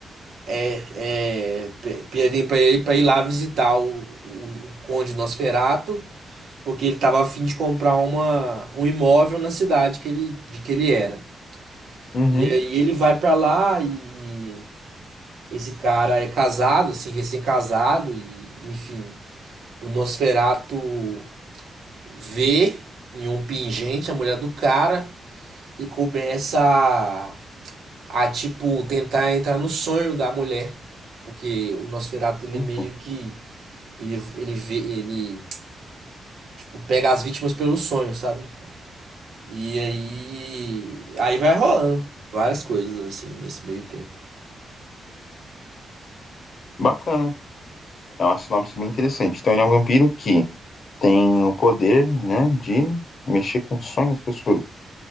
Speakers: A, on the right (about 70°); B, on the left (about 50°).
A: É, é, pe- pedi pra ele pra ir lá visitar o, o, o Conde Nosferato, porque ele estava a fim de comprar uma, um imóvel na cidade que ele, de que ele era.
B: Uhum.
A: E aí ele vai para lá e esse cara é casado, assim, recém-casado, e enfim, o Nosferato vê em um pingente a mulher do cara e começa a a tipo tentar entrar no sonho da mulher, porque o Nosferatu ele
B: Eita,
A: é meio que ele ele vê, ele tipo pega as vítimas pelo sonho, sabe? E aí aí vai rolando várias coisas assim nesse meio tempo.
B: Bacana. É uma sinopse bem interessante. Então, ele é um vampiro que tem o poder, né, de mexer com os sonhos das pessoas.